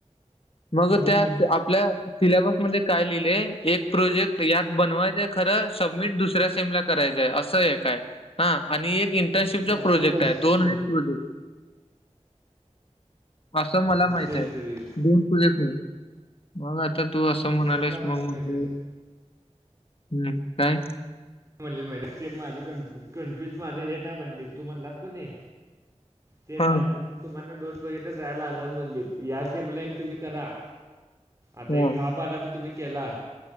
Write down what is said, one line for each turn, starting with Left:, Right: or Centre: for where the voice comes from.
Left: मग
Right: हं.
Left: त्या, आपल्या सिलॅबस मध्ये काय लिहिलंय हे एक प्रोजेक्ट यात बनवायचा. खरं, सबमिट दुसऱ्या सेमला करायचंय, असं एकय आहे, आणि एक एंट्रन्स
Right: नाही,
Left: शिफ्टचा प्रोजेक्ट
Right: मस्त
Left: आहे, दोन हाईत प्रोजेक्ट असं मला
Right: मग
Left: माहित
Right: तेच
Left: आहे,
Right: रे
Left: दोन प्रोजेक्ट हाईत. मग आता तू असं म्हणालास
Right: सर काय म्हणलेत
Left: मग
Right: माहिती
Left: म्हटलं,
Right: आहे
Left: हम्म काय?
Right: म्हणले ते माझे क कन्फ्यूज माझे हे काय म्हटली, तू म्हणलास का नाही. तेेच
Left: हां,
Right: आहे, फक्त तुम्हाला दोन प्रोजेक्ट तसं करायला लागणार म्हटलीत, या सेमला तुम्ही एक करा, आता
Left: हां,
Right: पाण्याचं तुम्ही केला